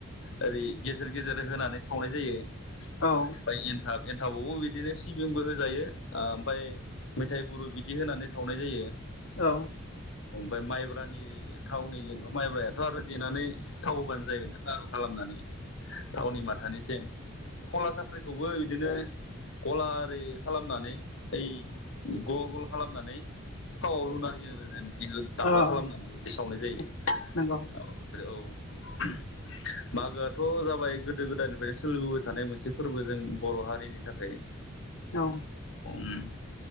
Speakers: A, on the left (about 65°); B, on the left (about 80°).
A: ओरै गेजेर गेजेर होनानै सावनाय जायो ओफ्राय
B: औ
A: एनथाब एनथाबावबो बिदि नो सिबिंबो होजायो ओमफ्राय मेथाइ गुरु बिदि होनानै सावनाय जायो
B: औ
A: ओमफ्राय माइब्रानि थावनि जेनेबा माइब्राया दाथ' आरो देनानै थाव होबानो जाहैबायना लारु खालामनानै थावनि माथानिसिम कला सा फ्रिखौबो बिदिनो गला आरि खालामनानै ओइ गल गल खालामनानै थावाव लुनानै जेनेबा बेखौ दाब्ला
B: औ
A: खालामनानै बिदि सावनाय जायो
B: औ नंगौ
A: औ बेफोर औ <inaudible> मागोआथ' जाबाय गोदो गोदायनिफ्रायनो सोलिबोबाय थानाय मोनसे फोरबो जों बर' हारिनि थाखाय
B: औ
A: ओम